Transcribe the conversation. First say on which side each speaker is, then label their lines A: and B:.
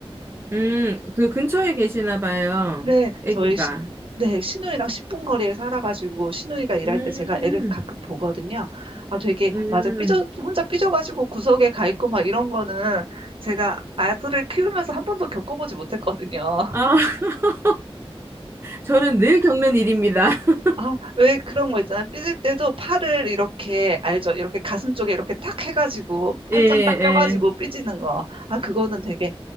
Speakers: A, on the right (about 25°); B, on the right (about 60°).
A: 음, 그 근처에 계시나 봐요.
B: 네,
A: 아기가.
B: 저희 시, 네, 시누이랑 10분 거리에 살아가지고 시누이가 일할
A: 음,
B: 때 제가 애를 가끔 보거든요. 아, 되게
A: 음.
B: 맞아 삐져 혼자 삐져가지고 구석에 가 있고 막 이런 거는 제가 아들을 키우면서 한 번도 겪어보지 못했거든요. <laughs>
A: 아, <laughs> 저는 늘 겪는 일입니다. <laughs>
B: 아, 왜 그런 거 있잖아요. 삐질 때도 팔을 이렇게 알죠? 이렇게 가슴 쪽에 이렇게 탁 해가지고 팔짱
A: 예, 예.
B: 딱 껴가지고 삐지는 거. 아, 그거는 되게